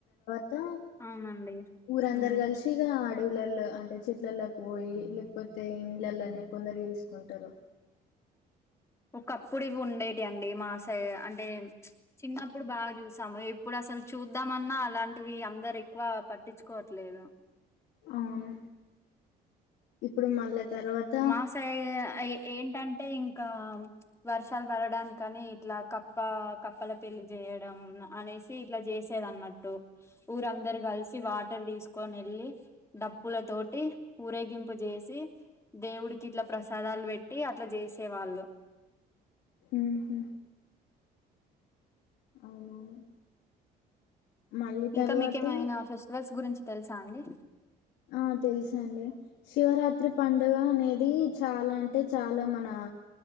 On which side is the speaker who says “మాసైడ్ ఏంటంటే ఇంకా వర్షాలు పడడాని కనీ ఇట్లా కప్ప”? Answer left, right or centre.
Left